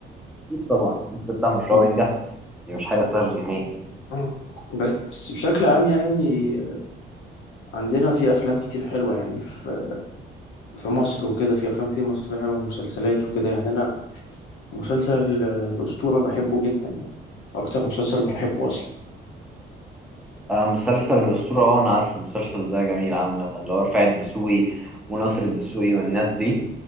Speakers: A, in the centre; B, on the left.
A: اكيد طبعا انت تفتح مشروع
B: مم.
A: وينجح دي مش حاجه سهله نهائي
B: مم. بس بشكل عام يعني عندنا في افلام كتير حلوه يعني في في مصر وكده في افلام كتير مصريه حلوه ومسلسلات وكده يعني انا مسلسل آه، الاسطوره بحبه جدا يعني اكتر مسلسل بحبه
A: آه، مسلسل الأسطورة اه أنا عارف المسلسل ده جميل عامة اللي هو رفاعي الدسوقي وناصر الدسوقي والناس دي